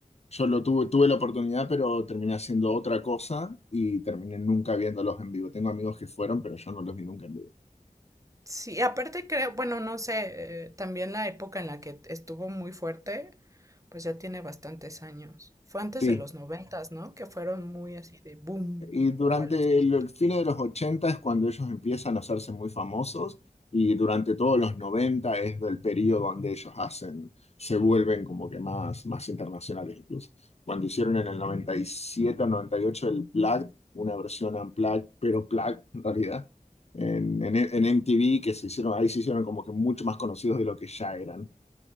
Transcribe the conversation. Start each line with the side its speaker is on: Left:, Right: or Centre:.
Left: Yo lo tuve, tuve la oportunidad, pero terminé haciendo otra cosa y terminé nunca viéndolos en vivo. Tengo amigos que fueron, pero yo no los vi nunca en vivo.
Right: Sí, aparte creo, bueno, no sé, eh, también la época en la que estuvo muy fuerte, pues ya tiene bastantes años. Fue antes
Left: Sí.
Right: de los noventas, ¿no? Que fueron muy así de boom
Left: Y durante
Right: o a los dos.
Left: el, el fin de los 80 es cuando ellos empiezan a hacerse muy famosos y durante todos los 90 es del periodo donde ellos hacen, se vuelven como que más, más internacionales incluso. Cuando hicieron en el noventa noventa y siete o 98 el Plug, una versión unplugged, pero Plug en realidad, en, en, en MTV, que se hicieron, ahí se hicieron como que mucho más conocidos de lo que ya eran.